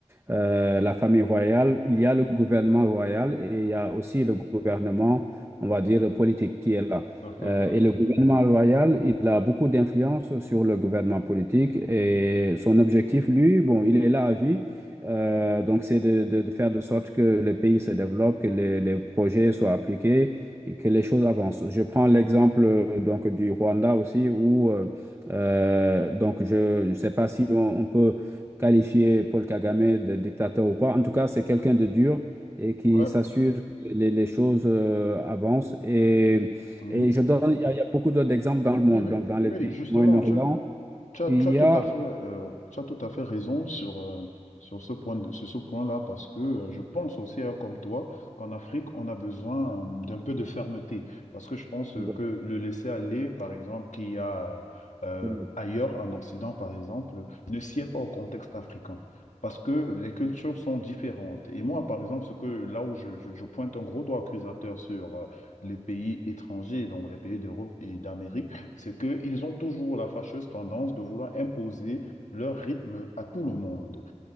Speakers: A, on the right; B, on the left.
A: euh, la famille royale, il y a le gouvernement royal et il y a aussi le gouvernement, on va dire, politique qui est là.
B: Tout à fait,
A: Euh,
B: ouais.
A: et le gouvernement royal, il a beaucoup d'influence sur le gouvernement politique et son objectif, lui, bon, il est là à vie. Euh, donc, c'est de, de- de faire de sorte que le pays se développe, que les, les projets soient appliqués et que les choses avancent. Je prends l'exemple euh, donc du Rwanda aussi, où euh, euh, donc je ne sais pas si on on peut qualifier Paul Kagame de dictateur ou pas. En tout cas, c'est quelqu'un de dur et qui
B: Ouais.
A: s'assure que les, les choses euh, avancent. Et,
B: Mhm.
A: et je donne, il y a, il y a beaucoup d'autres exemples dans
B: Oui,
A: le monde.
B: oui,
A: Donc, dans les
B: oui,
A: pays
B: justement,
A: du Moyen-Orient,
B: tu, Tu as,
A: il
B: tu as
A: y
B: tout
A: a...
B: à fait, euh, tu as tout à fait raison sur, euh, sur ce point de- sur ce point-là, parce que euh, je pense aussi, hein, comme toi, qu'en Afrique, on a besoin euh, d'un peu de fermeté. Parce que je pense euh,
A: euh,
B: que le laisser aller, par exemple, qu'il y a euh, euh,
A: oui,
B: ailleurs en Occident, par exemple, ne sied pas au contexte africain. Parce que les cultures sont différentes. Et moi, par exemple, ce que là où je, je- je pointe un gros doigt accusateur sur euh, les pays étrangers, donc les pays d'Europe et d'Amérique, c'est qu'ils ont toujours la fâcheuse tendance de vouloir imposer leur rythme à tout le monde,